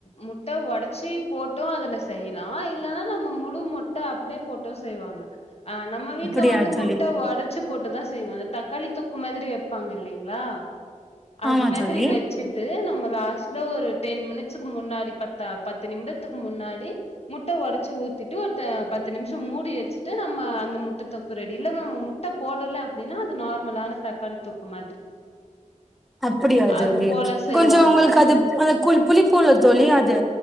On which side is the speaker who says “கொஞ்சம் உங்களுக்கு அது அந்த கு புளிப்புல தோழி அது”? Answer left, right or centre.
Centre